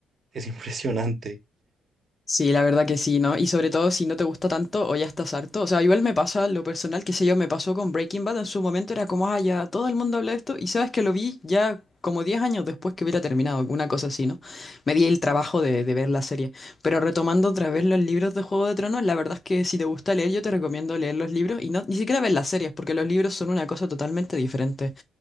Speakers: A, on the right; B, on the left.
A: es <laughs> impresionante.
B: Sí, la verdad que sí, ¿no? Y sobre todo si no te gusta tanto o ya estás harto. O sea, igual me pasa lo personal, qué sé yo, me pasó con Breaking Bad en su momento, era como, ah, ya todo el mundo habla de esto. Y sabes que lo vi ya como 10 años después que hubiera terminado, una cosa así, ¿no? Me di el trabajo de, de ver la serie. Pero retomando otra vez los libros de Juego de Tronos, la verdad es que si te gusta leer, yo te recomiendo leer los libros y no, ni siquiera ver las series, porque los libros son una cosa totalmente diferente.